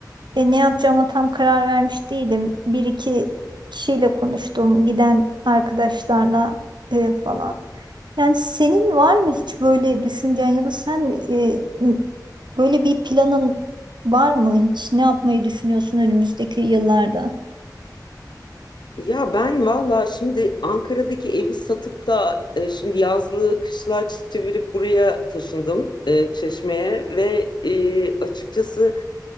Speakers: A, on the right; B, on the left.
A: E, ne yapacağıma tam karar vermiş değilim. Bir iki kişiyle konuştum, giden arkadaşlarla e, falan. Yani senin var mı hiç böyle düşüncen ya da sen e, m- böyle bir planın var mı hiç? Ne yapmayı düşünüyorsun önümüzdeki yıllarda?
B: Ya ben valla şimdi Ankara'daki evi satıp da e, şimdi yazlığı kışlığa çevirip buraya taşındım e, Çeşme'ye ve e, açıkçası